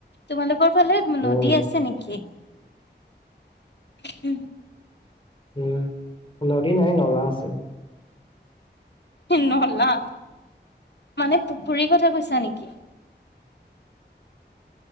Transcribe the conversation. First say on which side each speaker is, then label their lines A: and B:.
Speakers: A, on the left (about 65°); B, on the left (about 30°).
A: তোমালোকৰ ফালে নদী
B: উম,
A: আছে নেকি হম
B: উম নদী নাই নলা আছে।
A: নলা মানে পুখুৰী কথা কৈছা নেকি?